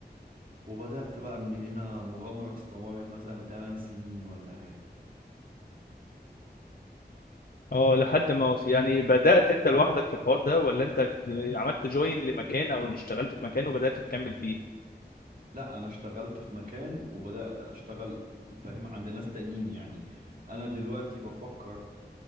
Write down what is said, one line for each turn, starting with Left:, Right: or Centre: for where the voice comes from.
Right: وبدأت بقى من هنا مغامرة استمرت مثلا 8 سنين ولا حاجة
Left: اه لحد ما وص... يعني بدأت انت لوحدك في الحوار ده ولا انت كت- عملت جوين لمكان او اشتغلت في مكان وبدأت تكمل فيه
Right: لا انا اشتغلت في مكان وبدأت اشتغل فاهم عند ناس تانيين يعني انا دلوقتي بفكر